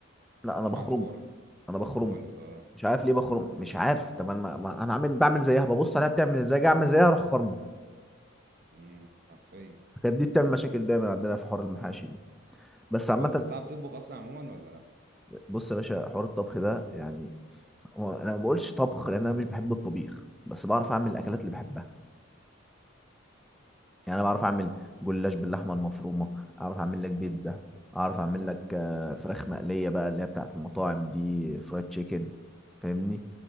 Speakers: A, in the centre; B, on the right.
A: لا انا
B: مش
A: بخرمه
B: بعرف في اور
A: انا
B: الكوسه
A: بخرمه
B: خالص اه
A: مش عارف ليه بخرم مش عارف طب انا ما... ما... انا عامل بعمل زيها ببص عليها بتعمل ازاي اجي اعمل زيها اروح خرم
B: مم. حرفيا
A: كانت دي بتعمل مشاكل دايما عندنا في حوار المحاشي دي بس عامة
B: طب انت بتعرف تطبخ اصلا عموما ولا لا
A: بص يا باشا حوار الطبخ ده يعني هو انا ما بقولش طبخ لان انا مش بحب الطبيخ بس بعرف اعمل الاكلات اللي بحبها يعني انا بعرف اعمل جلاش باللحمه المفرومه اعرف اعمل لك بيتزا
B: الله
A: اعرف اعمل
B: الله
A: لك آه، فراخ مقليه بقى اللي هي بتاعت المطاعم دي فرايد تشيكن فاهمني